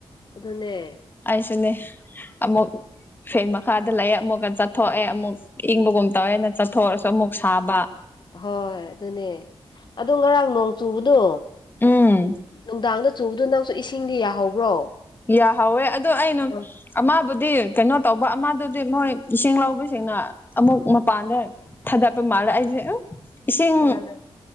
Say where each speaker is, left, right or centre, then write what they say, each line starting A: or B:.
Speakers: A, on the left; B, on the left.
A: ꯑꯗꯨꯅꯦ
B: ꯑꯩꯁꯨꯅꯦ ꯑꯃꯨꯛ ꯐꯦꯟ ꯃꯈꯥꯗ ꯂꯩꯌ‌ꯦ ꯑꯃꯨꯛꯀ ꯆꯠꯊꯣꯛꯑꯦ ꯑꯃꯨꯛ ꯏꯪꯕꯒꯨꯝ ꯇꯧꯋꯦꯅ ꯆꯠꯊꯣꯛꯔꯁꯨ ꯑꯃꯨꯛ ꯁꯥꯕ
A: ꯍꯣꯏ ꯑꯗꯨꯅꯦ ꯑꯗꯨ ꯉꯔꯥꯡ ꯅꯣꯡ ꯆꯨꯕꯗꯣ
B: ꯎꯝ
A: ꯅꯨꯡꯗꯥꯡꯗ ꯆꯨꯕꯗꯨ ꯅꯪꯁꯨ ꯏꯁꯤꯡꯗꯤ ꯌꯥꯍꯧꯕ꯭ꯔꯣ
B: ꯌꯥꯍꯧꯋꯦ ꯑꯗꯣ ꯑꯩꯅ
A: ꯑ
B: ꯑꯃꯕꯨꯗꯤ ꯀꯩꯅꯣ ꯇꯧꯕ ꯑꯃꯗꯨꯗꯤ ꯃꯣꯏ ꯏꯁꯤꯡ ꯂꯧꯕꯁꯤꯡꯅ ꯑꯃꯨꯛ ꯃꯄꯥꯟꯗ ꯊꯥꯗꯠꯄ ꯃꯥꯜꯂꯦ ꯑꯩꯁꯦ ꯎꯉ ꯏꯁꯤꯡ
A: ꯑꯥ